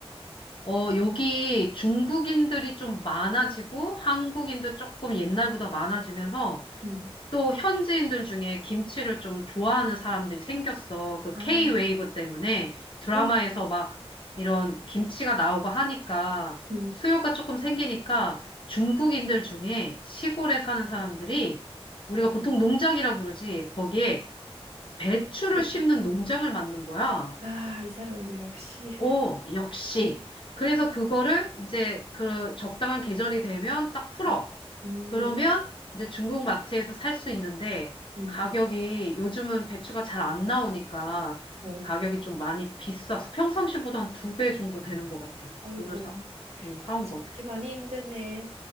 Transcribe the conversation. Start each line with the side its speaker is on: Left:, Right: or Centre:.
Left: 어, 여기 중국인들이 좀 많아지고 한국인도 조금 옛날보다 많아지면서
Right: 응.
Left: 또 현지인들 중에 김치를 좀 좋아하는 사람들이 생겼어. 그
Right: 아,
Left: K-웨이브 때문에 드라마에서
Right: 응.
Left: 막 이런 김치가 나오고 하니까
Right: 응.
Left: 수요가 조금 생기니까 중국인들 중에 시골에 사는 사람들이 우리가 보통 농장이라 부르지 거기에 배추를
Right: 그치,
Left: 심는
Right: 그치.
Left: 농장을 만든 거야.
Right: 아, 이 사람들 역시.
Left: 오, 역시. 그래서 그거를 이제 그 적당한 계절이 되면 딱 풀어.
Right: <laughs> 음,
Left: 그러면 이제 중국 마트에서 살 수 있는데
Right: 음.
Left: 가격이 요즘은 배추가 잘 안 나오니까
Right: 어,
Left: 가격이 좀 많이 비싸서 평상시보다 한 두 배 정도 되는 것 같아.
Right: 아이고.
Left: 오늘 사, 응, 사온
Right: 김치
Left: 건.
Right: 먹기 많이 힘드네.